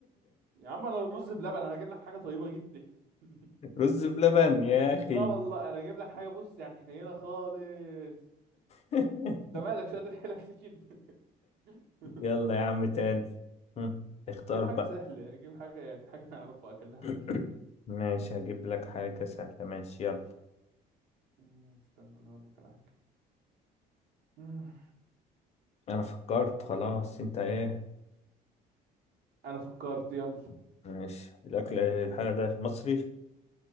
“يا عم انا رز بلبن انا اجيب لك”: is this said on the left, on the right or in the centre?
Right